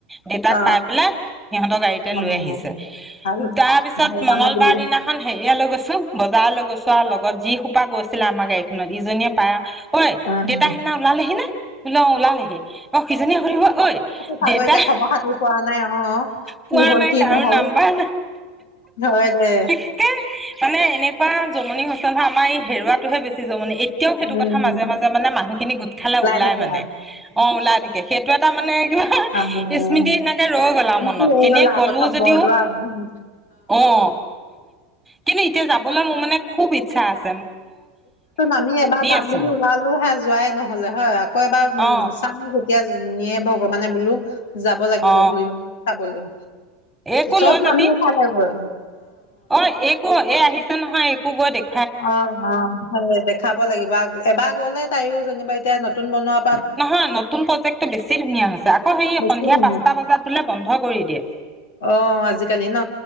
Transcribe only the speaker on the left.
অ,
অ,
ভাল,
ভাল
মানুহ বুলি
অ',
সাগৰিকা
খবৰ খাতিৰ পোৱা নাই অ'
কি হ'ল,
কি
নহ'ল,
হয় দে।
উম,
থাকে
আৰু
আহ
মোৰতো
হৈ
গ'ল
প্ৰথম
বৰদোৱা উম,
আমি এবাৰ যাম
বুলি ওলালো হে যোৱাই নহ'লে হয়। আকৌ এবাৰ উম,
চাওঁ কেতিয়া নিয়ে ভগ ভগৱানে বোলো যাব লাগিব
বোলো। খাবলৈ
চব
মানুহে চালে গৈ।
অ', অ', হয় দেখাব লাগিব। এবাৰ গ'লে তাইও যেনিবা এতিয়া নতুন বনোৱা
বেছি
সময়
অ আজিকালি ন